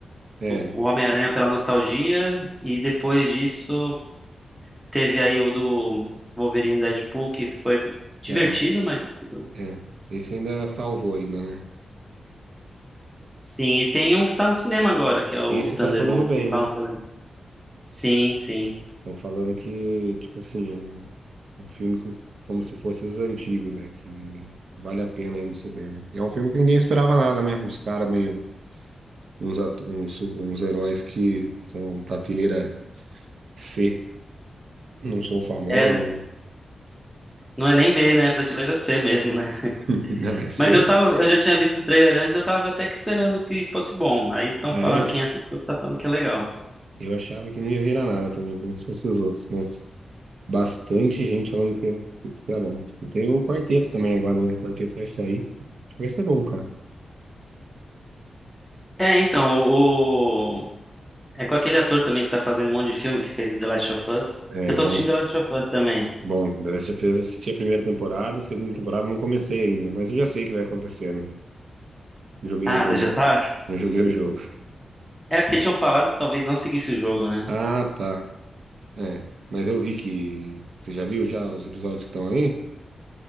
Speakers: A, on the right; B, in the centre.
A: É,
B: O o Homem-Aranha pela nostalgia. E depois disso, teve aí o do Wolverine e Deadpool, que foi divertido,
A: ah, esse,
B: mas. tipo,
A: é, esse ainda salvou ainda, né?
B: Sim, e tem um que tá no cinema agora, que é o
A: Esse
B: Thunderbolt,
A: estão falando bem,
B: que falam
A: né?
B: que é legal. Sim, sim.
A: Estão falando que, tipo assim, é um, um filme que- como se fosse os antigos, é, que vale a pena ir no cinema. E é um filme que ninguém esperava nada, né? Os caras meio uns, atu- uns, uns heróis que são prateleira C, não são famosos,
B: É, né?
A: não,
B: não é nem B, né? É prateleira C mesmo, né?
A: <laughs> não é C.
B: Mas eu tava, eu já tinha visto o trailer antes, eu tava até que esperando que fosse bom. Aí estão
A: Ah,
B: falando,
A: é?
B: quem assistiu tá falando que é legal.
A: Eu achava que não ia virar nada também, como se fossem os outros, mas bastante gente falando que, que tá bom. E tem o quarteto também agora, né? O quarteto vai sair. Acho que Vai ser bom, cara.
B: É, então, o, é com aquele ator também que tá fazendo um monte de filme que fez o The Last of Us.
A: É,
B: Que eu tô
A: bom.
B: assistindo The Last of Us também.
A: Bom, The Last of Us assisti a primeira temporada, a segunda temporada não comecei ainda, mas eu já sei o que vai acontecer, né? Joguei
B: Ah,
A: o jogo.
B: você já sabe?
A: Não joguei o jogo.
B: É porque tinham falado que talvez não seguisse o jogo, né?
A: Ah, tá. É, mas eu vi que. Você já viu já os episódios que estão aí?